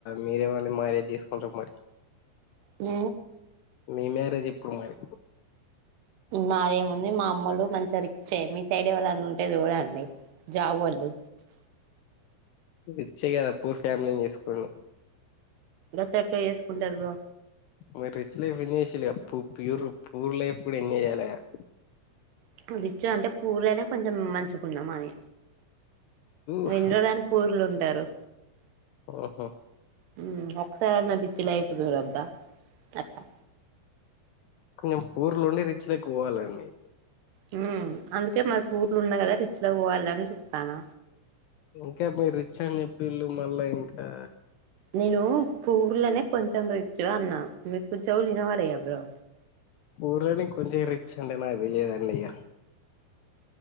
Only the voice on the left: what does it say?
మీరే ఎవర్ని మ్యారేజ్ తీసుకుంటారు మరి
మీ మ్యారేజ్ ఎప్పుడు మరి
రిచ్చే కదా పూర్ ఫ్యామిలీని చేసుకోండి
మీరి రిచ్ లైఫ్ ఎంజాయ్ చేసిల్లు కదా పూ ప్యూరు పూర్ లైఫ్ కూడా ఎంజా్చేయాల కదా
ఉఫ్
ఆహా
కొంచెం పూర్లు ఉండి రిచ్ లోక్కి పోవాలండి
ఇంకా మీర్ రిచ్ అని చెప్పిళ్ళు మళ్ళా ఇంకా
పూర్ని కొంచం రిచ్ అంటే నాకుతెలిదాండయ్య